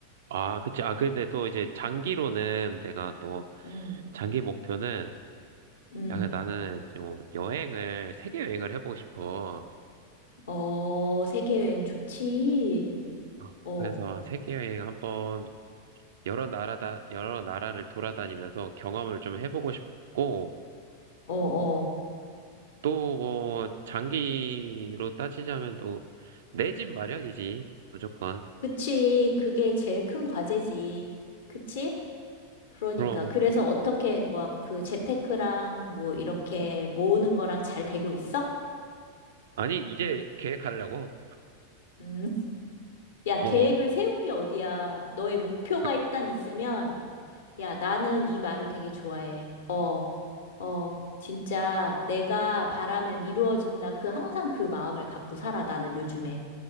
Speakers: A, on the right; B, on the left.
A: 아, 그치. 아, 근데 또 이제 장기로는 내가 또,
B: 응,
A: 장기 목표는,
B: 응.
A: 약 나는 좀 여행을, 세계 여행을 해보고 싶어.
B: 어, 세계 여행 좋지.
A: 어,
B: 어,
A: 그래서 세계 여행 한번 여러 나라다, 여러 나라를 돌아다니면서 경험을 좀 해보고 싶고,
B: 어, 어.
A: 또 뭐, 장기로 따지자면 또, 내 집 마련이지. 무조건.
B: 그치. 그게 제일 큰 과제지. 그치? 그러니까.
A: 그럼,
B: 그래서 어떻게, 뭐, 그 재테크랑 뭐, 이렇게 모으는 거랑 잘 되고 있어?
A: 아니, 이제 계획하려고.
B: 음. <laughs> 야,
A: 어,
B: 계획을 세운 게 어디야. 너의 목표가
A: 그-
B: 일단 있으면 야, 나는 이 말을 되게 좋아해. 어, 어, 진짜 내가 바라면 이루어진다. 그 항상 그 마음을 갖고 살아, 나는 요즘에.